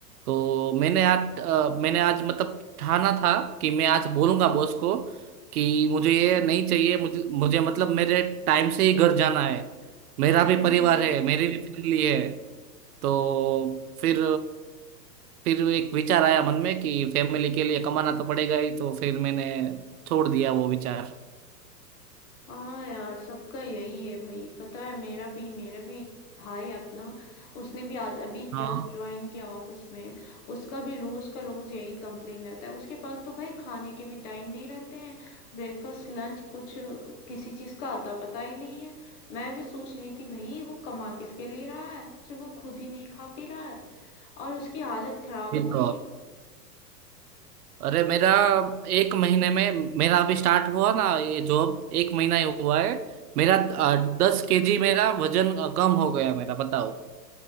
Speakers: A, on the right; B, on the left.
A: तो मैंने आज अ, मैंने आज मतलब ठाना था कि मैं आज बोलूंगा बॉस को कि मुझे ये नहीं चाहिए मुझे मुझे मतलब मेरे टाइम से ही घर जाना है मेरा भी
B: हम्म
A: परिवार है मेरी भी फैमिली है तो फिर फिर एक विचार आया मन में कि फैमिली के लिए कमाना तो पड़ेगा ही तो फिर मैंने छोड़ दिया वो विचार
B: हाँ यार सबका यही है भाई पता है मेरा भी मेरा भी एक भाई अपना उसने भी आज अभी
A: हाँ
B: जस्ट ज्वाइन किया ऑफिस में उसका भी रोज का रोज यही कंप्लेन रहता है उसके पास तो भाई खाने के भी टाइम नहीं रहते हैं ब्रेकफास्ट लंच कुछ किसी चीज का आता पता ही नहीं है मैं भी सोच रही थी भाई वो कमा किसके लिए रहा है जब वो खुद ही नहीं खा पी रहा है और उसकी हालत खराब
A: ये
B: हो गई
A: तो अरे मेरा एक महीने में मेरा अभी स्टार्ट हुआ ना ये जॉब एक महीना ही हुआ है मेरा अ, दस केजी मेरा वजन अ, कम हो गया मेरा बताओ